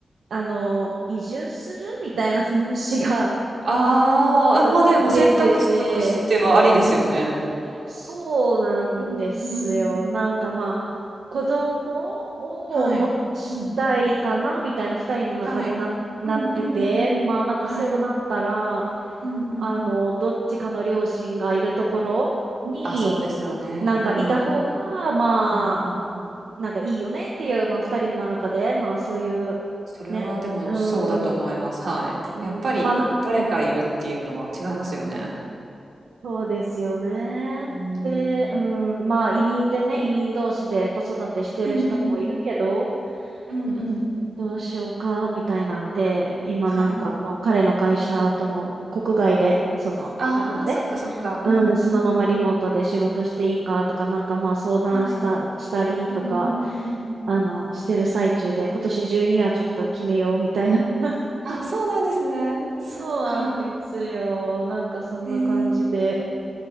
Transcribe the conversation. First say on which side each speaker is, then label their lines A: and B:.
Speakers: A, on the right; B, on the right.
A: あの、移住するみたいな話が
B: ああ、
A: <laughs>
B: まあでも選択肢としてはありですよね。
A: 出てて、そうなんですよ。
B: うんうんうん。
A: なんかまあ、子供を持ちたいかな、
B: はい。うん。
A: みたいな二人の中でな、
B: はい。
A: なってて、
B: うんうんうん。
A: まあなんかそうなったら、
B: はい。うんうん。
A: あの、どっちかの両親がいるところに、
B: あ、そうですよね。
A: なんかいた方が、
B: うん。
A: まあ、
B: うんうん。
A: なんかいいよねっていう、まあ二人の中で、まあそういう、
B: それはでもそうだと思います。
A: ね、うーん、
B: はい。
A: うんまあなんか
B: やっぱり誰かいるっていうのは違いますよね。
A: そうですよね。
B: うーん。
A: で、うん、まあ移民でね、移民同士で子育てしてる人もいるけど、
B: うんうん。うんうん。
A: どうしどうしようか、みたいなんで、今なんかあの彼の会社とも国外で、
B: はい。
A: その日本で、
B: ああ、そっかそっか。
A: うん、
B: うんうんうん。
A: そのままリモートで仕事していいかとか、なんかまあ相談した、
B: はい。
A: したりとか、
B: うんうんうん。
A: あの、してる最中で、今年中にはちょっと決めようみたいな。<laughs>
B: あ、そうなんですね。そっか。
A: そうなんですよ。なんかそんな感じで。
B: へえ。